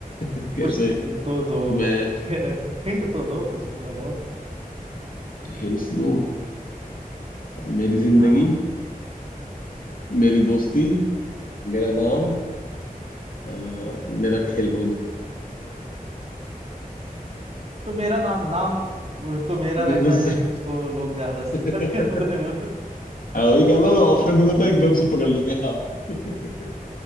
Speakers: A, on the left (about 65°); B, on the right (about 45°).
A: कैसे
B: कुछ तो दो
A: मैं
B: भाई <laughs> हिंट तो दो कुछ थोड़ा बहुत
A: हिंट्स दूं अ, मेरी जिंदगी
B: हाँ
A: मेरी दोस्ती मेरा नाम अ, मेरा खेलकूद
B: तो मेरा नाम नाम वो तो मेरा
A: बिल्कुल
B: रहता है
A: सही
B: लेकिन उसको लोग ज्यादा
A: <laughs>
B: शेयर करते हैं
A: हाँ, वही कहा ना मैं ऑप्शन दूंगा तो एकदम से पकड़ लोगे आप <laughs>